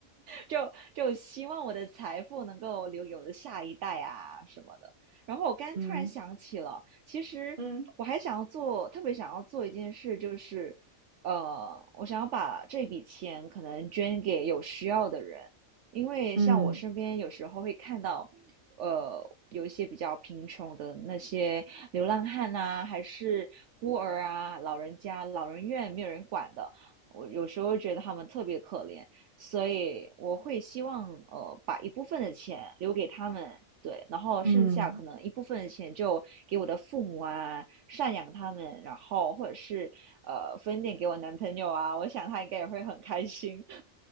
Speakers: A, on the right; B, on the right.
A: 就就希望我的财富能够留给我的下一代啊什么的。然后我刚突然想起了，
B: 嗯
A: 其实我还想要做，
B: 嗯
A: 特别想要做一件事，就是呃，我想要把这笔钱可能捐给有需要的人，因为像我身边有时候会看到，
B: 嗯
A: 呃，有一些比较贫穷的那些流浪汉啊，还是孤儿啊、老人家、老人院没有人管的，我有时候觉得他们特别可怜。所以我会希望呃把一部分的钱留给他们，对，然后剩下可能一部分的钱就给我的父母啊，
B: 嗯
A: 赡养他们，然后或者是呃分点给我男朋友啊，我想他应该也会很开心。<laughs>